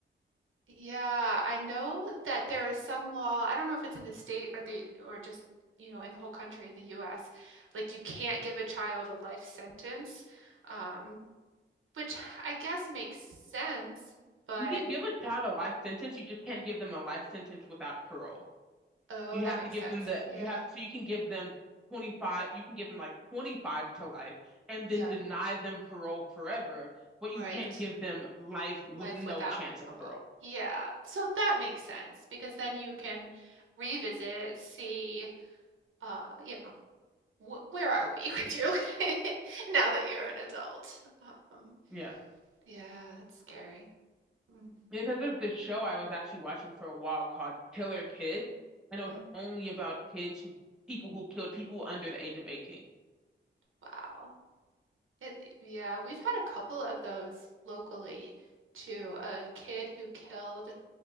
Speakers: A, on the right; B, in the centre.
A: Yeah, I know that there is some law. I don't know if it's in the state or the or just, you know, in the whole country in the US. Like you can't give a child a life sentence. Um, which I guess makes sense, but
B: You can give a child a life sentence, you just can't give them a life sentence without parole.
A: oh,
B: You
A: that
B: have
A: makes
B: to give
A: sense.
B: them the,
A: Yeah.
B: you have, so you can give them 25, you can give them like 25 to life and then
A: Yeah,
B: deny them parole forever, but you
A: right.
B: can't give them life with
A: Life
B: no
A: without
B: chance of
A: parole.
B: parole.
A: Yeah. So that makes sense because then you can revisit, see uh, you know, wh where are we with you <laughs> now that you're an adult? Um,
B: Yeah.
A: yeah, that's scary. Mm,
B: Because there's this show I was actually watching for a while called Killer Kids, and it was
A: mm,
B: only about kids who people who killed people under the age of 18.
A: wow. It, yeah, we've had a couple of those locally too. A kid who killed